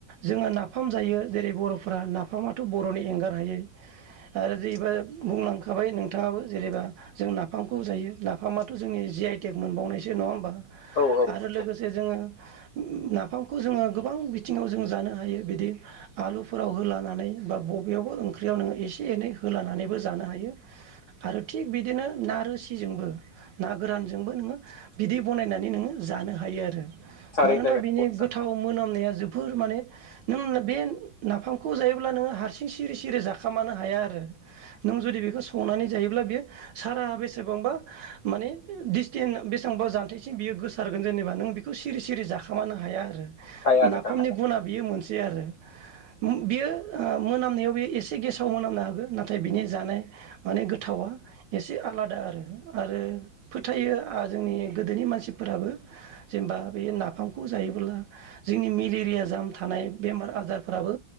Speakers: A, on the right; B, on the left.
A: जोंङो ना फाम जायो जेरै बर'फोरा नाफामाथ' बर'नि एंगार हायै। आरो जेैबा बुंलांखाबाय नोंथाङाबो जेनेबा जों नाफामखौ जायो नाफामा जोंनि जि आइटेक मोनबावनायसो नङा होमबा
B: औ औ नंगौ नोंथां औ नंगौ
A: आरो लोगोसे जोंङो नाफामखौ जोंङो गोबां बिथिङाव जों जानो हायो बिदि आलुफोराव होलानानै बा बबेयावबो ओंख्रियाव नोंङो एसे एनै होलानानैबो जानो हायो। आरो थिग बिदिनो ना रोसिजोंबो। ना गोरानजोंबो नोंङो बिदै बनायनानै नोंङो जानो हायो आरो।
B: थारैनो
A: मानोना
B: नंगौ
A: बिनि
B: नोंथां
A: गोथाव मोनामनाया जोबोर माने नों बे नाफामखौ जायोब्ला नोंङो हारसिं सिरि सिरि जाखामानो हाया आरो। नों जुदि बेखौ संनानै जायोब्ला बेयो सारा बेसेबांबा माने डिसटेन्स बेसेबांबा जान्थायसिम बियो गोसारगोन जेनेबा नों बेखौ सिरि सिरि जाखोमानो हाया आरो।
B: हाया नोंथां
A: नाफामनि
B: हाया
A: गुना बियो मोनसे आरो। बियो ओ मोनामनायाव बे एसे गेसाव मोनामनो हागौ नाथाय बिनि जानाय माने गोथावा एसे आलादा आरो आरो फोथायो आ जोंनि गोदोनि मानसिफोराबो। जेनेबा बे नाफामखौ जायोब्ला जोंनि मेलेरिया जाम थानाय बेमार आजारफोराबो